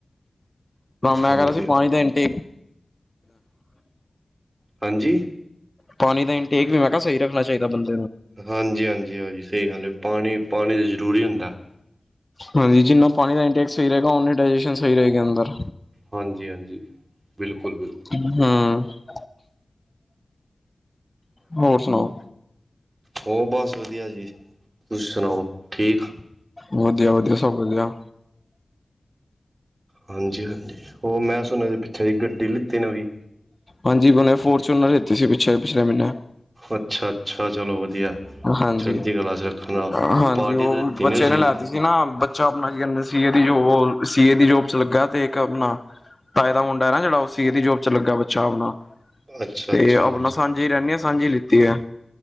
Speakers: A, on the left; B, on the right.
A: ਮੈਂ
B: ਹਾਂਜੀ
A: ਕਰ ਸੀ
B: ਹਾਂਜੀ
A: ਪਾਣੀ ਦੇ ਇਟ
B: ਹਾਂਜੀ।
A: ਪਾਣੀ ਦਾ ਇਨਟੇਕ ਵੀ ਮੈਂ ਕਿਹਾ ਸਹੀ ਰੱਖਣਾ ਚਾਹੀਦਾ ਬੰਦਾ।
B: ਹਾਂਜੀ ਹਾਂਜੀ ਹਜੀ ਸਹੀ ਗੱਲ ਹੈ ਪਾਣੀ ਪਾਣੀ ਤੇ ਜਰੂਰੀ ਹੁੰਦਾ।
A: ਹਾਂਜੀ ਜਿੰਨਾ ਪਾਣੀ ਦਾ ਇੰਟੈਕ ਸਹੀ ਰਹੇਗਾ ਸਹੀ ਰਹੇ ਅੰਦਰ।
B: ਹਾਂਜੀ ਹਾਂਜੀ। ਬਿਲਕੁਲ
A: ਹਮ।
B: ਬਿਲਕੁਲ
A: ਹੋਰ ਸੁਣਾਓ?
B: ਹੋਰ ਬਸ ਵਧੀਆ ਜੀ ਤੁਸੀ ਸੁਣਾਓ ਠੀਕ?
A: ਵਧੀਆ ਵਧੀਆ ਸਭ ਵਧੀਆ।
B: ਹਾਂਜੀ ਹਾਂਜੀ ਉਹ ਮੈਂ ਸੁਣਿਆਦੇ ਪਿੱਛੇ ਜਿ ਗੱਡੀ ਲਿੱਤੀ ਨਵੀਂ।
A: ਹਾਂਜੀ ਬਣੇ ਫੋਰ ਚਨਰ ਲਤੇ ਸੀ ਪਿੱਛੇ। ਪਿਛਲੇ ਮਹੀਨੇ
B: ਅੱਛਾ ਅੱਛਾ ਚਲੋ ਵਧੀਆ
A: ਹਾਂਜੀ
B: ਛੱਡਦੀ ਕਲਾ ਚ। ਰੱਖਣਾ
A: ਹਾਂਜੀ
B: ਪਾਰਟੀ
A: ਉਹ
B: ਤਾਂ ਦਿੱਤੀ
A: ਬੱਚੇ
B: ਨੀ ਤੁਸੀਂ
A: ਨੇ ਲੈ ਤ ਸੀ ਨਾ ਬੱਚਾ ਆਪਣਾ ਕੀ ਕਹਿੰਦੇ ਸੀ ਇਹਦੀ ਜੋ ਸੀਏ ਦੀ ਜੋਬ ਚ ਲੱਗਾ ਤੇ ਇੱਕ ਆਪਣਾ ਤਾਏ ਦਾ ਮੁੰਡਾ ਨਾ ਜਿਹੜਾ ਉਹ ਸੀਏ ਦੀ ਜੋਬ ਚ ਲੱਗਾ ਬੱਚਾ ਆਪਣਾ।
B: ਅੱਛਾ
A: ਤੇ
B: ਅੱਛਾ
A: ਆਪਣਾ ਸਾਂਝੀ ਰਹਿੰਦੇ ਹਾਂ ਸਾਂਝੀ ਲਿੱਤੀ ਹੈ।